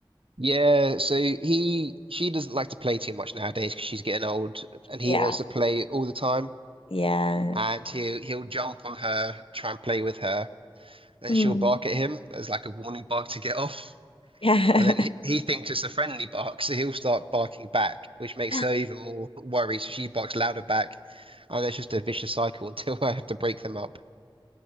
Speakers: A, on the right; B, on the left.
A: Yeah, so he she doesn't like to play too much nowadays because she's getting old, and
B: Yeah,
A: he wants to play all the time.
B: yeah,
A: And he'll he'll jump on her, try and play with her, then
B: mm.
A: she'll bark at him as like a warning bark to get off.
B: Yeah.
A: And then he, he thinks it's a friendly bark, so he'll start barking back, which makes
B: <laughs>
A: her even more worried. So she barks louder back, and it's just a vicious cycle until <laughs> I have to break them up.